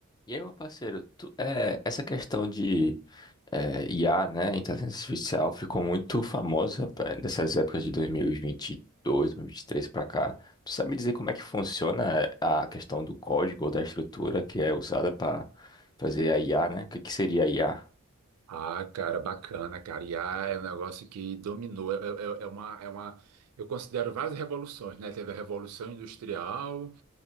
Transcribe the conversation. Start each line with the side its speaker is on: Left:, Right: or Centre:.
Left: E aí, meu parceiro, tu- é, essa questão de é, IA, né, inteligência artificial, ficou muito famosa pá, nessas épocas de 2022, 2023 para cá. Tu sabe me dizer como é que funciona é, a questão do código ou da estrutura que é usada para fazer a IA, né? O que que seria a IA?
Right: Ah, cara, bacana, cara. IA é um negócio que dominou. É, é- é uma, é uma, eu considero várias revoluções, né? Teve a Revolução Industrial,